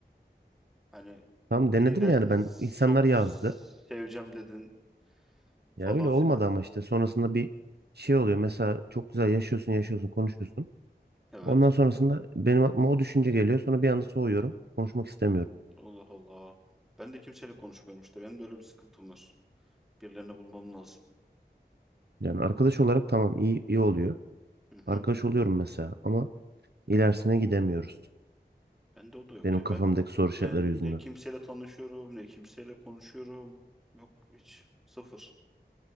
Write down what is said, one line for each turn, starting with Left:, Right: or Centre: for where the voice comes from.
Centre: Hani
Right: Tam
Centre: biriyle
Right: denedim yani ben
Centre: s-
Right: insanlar
Centre: çok
Right: yazdı.
Centre: seveceğim dedin falan
Right: Ya öyle
Centre: filan.
Right: olmadı ama işte sonrasında bir şey oluyor. Mesela çok güzel yaşıyorsun, yaşıyorsun, konuşuyorsun.
Centre: Evet.
Right: Ondan sonrasında benim aklıma o düşünce geliyor. Sonra bir anda soğuyorum. Konuşmak istemiyorum.
Centre: Allah Allah. Ben de kimseyle konuşmuyorum işte. Benim de öyle bir sıkıntım var. Birilerini bulmam lazım.
Right: Yani arkadaş olarak tamam iyi iyi oluyor.
Centre: Hı hı.
Right: Arkadaş oluyorum mesela ama ilerisine gidemiyoruz.
Centre: Bende o da yok
Right: Benim
Centre: ya.
Right: kafamdaki
Centre: Ben
Right: soru işaretleri
Centre: yani
Right: yüzünden.
Centre: ne kimseyle tanışıyorum ne kimseyle konuşuyorum. Yok hiç. Sıfır.